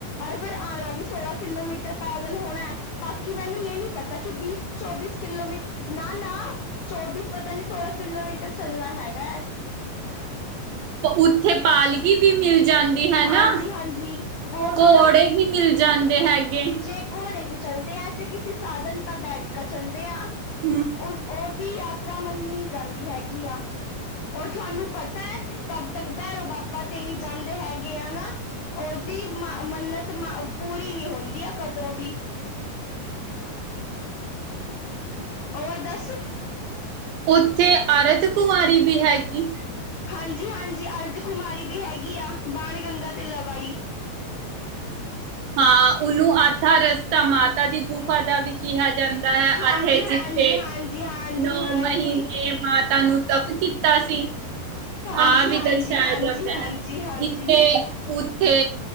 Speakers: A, on the left; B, on the right.
A: ਔਰ ਫੇਰ ਆਉਣਾ ਵੀ ਸੋਲਾਂ ਕਿਲੋਮੀਟਰ ਪੈਦਲ ਹੋਣਾ ਹੈ। ਬਾਕੀ ਮੈਨੂੰ ਇਹ ਨੀ ਪਤਾ ਕਿ ਬੀਸ ਚੌਬੀਸ ਕਿਲੋਮੀਟਰ, ਨਾ-ਨਾ, ਚੌਬੀਸ ਪਤਾ ਨੀ ਸੋਲਾਂ ਕਿਲੋਮੀਟਰ ਚੱਲਣਾ ਏ ਤਾਂ ਹੈਗਾ ਐ।
B: ਉੱਥੇ ਪਾਲਕੀ ਵੀ ਮਿਲ ਜਾਂਦੀ। ਹਨਾ,
A: ਹਾਂਜੀ-ਹਾਂਜੀ ਵੋ ਤੋਂ
B: ਘੋੜੇ
A: ਨਾ
B: ਵੀ ਮਿਲ ਜਾਂਦੇ। ਹੈਗੇ
A: ਜੇ ਘੋੜੇ ਚ ਚੱਲਦੇ ਆ, ਜੇ ਕਿਸੇ ਸਾਧਨ ਪਾ ਬੈਠਕਾ ਚੱਲਦੇ ਆ।
B: ਹੂੰ।
A: ਉਹ, ਉਹਦੀ ਯਾਤਰਾ ਮੰਨੀ ਨੀ ਜਾਂਦੀ ਹੈਗੀ ਆ। ਔਰ ਤੁਹਾਨੂੰ ਪਤਾ ਹੈ? ਤਬ ਤੱਕ ਭੈਰੋ ਬਾਬਾ ਤੇ ਨੀ ਜਾਂਦੇ ਹੈਗੇ ਆ ਨਾ, ਉਹਦੀ ਮ-ਮੰਨਤ ਮ ਪੂਰੀ ਰੀ ਨੀ ਹੁੰਦੀ ਆ ਕਦੋਂ ਵੀ ਹੋਰ ਦੱਸ
B: ਉੱਥੇ ਅਰਧ ਕੁਮਾਰੀ ਵੀ ਹੈਗੀ।
A: ਹਾਂਜੀ ਹਾਂਜੀ ਅਰਧ ਕੁੁਮਾਰੀ ਵੀ ਹੈਗੀ ਆ ਬਾਣ ਗੰਗਾ ਤੇ ਲਵਾਈ
B: ਹਾਂ ਉਹਨੂੰ ਆਧਾ ਰਸਤਾ ਮਾਤਾ ਦੀ ਗੁਫਾ ਦਾ ਵੀ ਕਿਹਾ ਜਾਂਦਾ ਹੈ
A: ਹਾਂਜੀ
B: ਆਥੇ
A: ਹਾਂਜੀ
B: ਜਿੱਤੇ
A: ਹਾਂਜੀ ਹਾਂਜੀ
B: ਨੌ
A: ਹਾਂਜੀ ਹਾਂਜੀ
B: ਮਹੀਨੇ ਮਾਤਾ ਨੂੰ ਤਪ ਸਤਾਸੀ
A: ਹਾਂਜੀ ਹਾਂਜੀ
B: ਆਪ ਇਧਰ ਸਹਿਰ
A: ਹਾਂਜੀ
B: ਜਾਂਦਾ
A: ਹਾਂਜੀ
B: ਹੈ
A: ਹਾਂਜੀ
B: ਇੱਥੇ ਉੱਥੇ